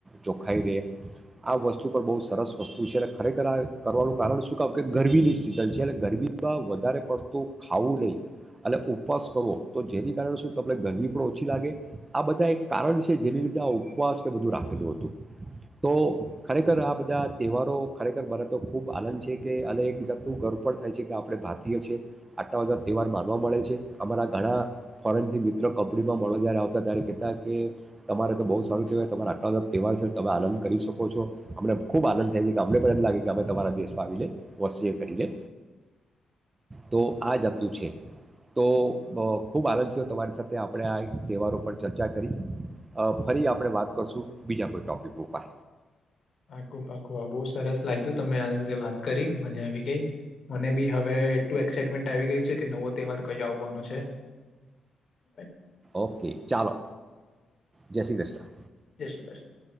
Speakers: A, on the right (about 25°); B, on the left (about 40°).
A: ચોખાઈ રહેે, આ વસ્તુ પણ બહુ સરસ વસ્તુ છે. અને ખરેખર, આ કરવાનું કારણ શું કામ, કે ગરમીની સીઝન છે એટલે ગરમી તા વધારે પડતું ખાવું નઈં અને ઉપવાસ કરવો, તો જેને કારણે શું તમને ગરમી પણ ઓછી લાગે. આ બધા એક કારણ છે, જેની લીધે આ ઉપવાસને બધું રાખેલું હતું. તો ખરેખર, આ બધા તહેવારો, ખરેખર મને તો ખૂબ આનંદ છે, કે અને એક જાતનું ગર્વ પણ થાય છે કે આપણે ભારતીય છે, આટલા બધા તહેવાર માનવા મળે છે. અમારા ઘણા ફોરેનથી મિત્ર કંપનીમાં મળવા જ્યારે આવતા, ત્યારે કેતા કે તમારે તો બહુ સારું કહેવાય તમારા આટલા બધા તહેવાર છે, તમે આનંદ કરી શકો છો. અમને ખૂબ આનંદ થાય છે, કે અમને પણ એમ લાગે કે, અમે તમારા દેશમાં આવી ને વસીએ, કરીએ. તો આ જાતનું છે, તો અ ખુબ આનંદ થયો તમારી સાથે આપણે આ તહેવારો પર ચર્ચા કરી. અ, ફરી આપણે વાત કરશું, બીજા કોઈ ટોપિક ઉપર.
B: પાકું પાકું આ બહુ સરસ લાગ્યું તમે આ જે વાત કરી મજા આવી ગઈ મને બી હવ વે એટુ એક્સાઇટમેન્ટ આવી ગયું છે કે નવો તહેવાર કયો આવવાનો છે? છે.
A: ઓકે, ચાલો જય શ્રી ક્રષ્ણ!
B: શ્રી ક્રષ્ણ!